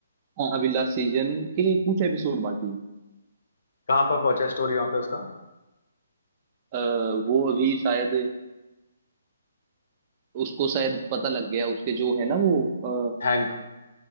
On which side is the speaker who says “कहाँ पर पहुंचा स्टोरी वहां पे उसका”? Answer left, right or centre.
Left